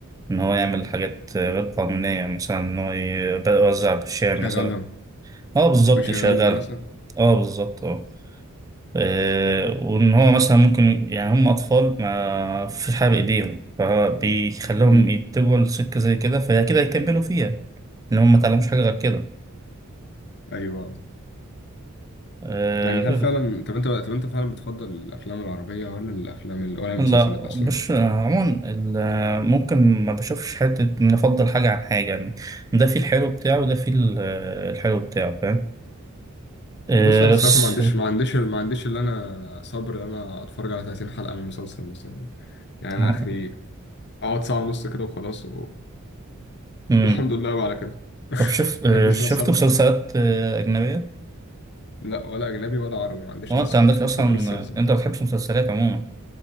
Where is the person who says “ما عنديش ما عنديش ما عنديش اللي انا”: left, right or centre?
Left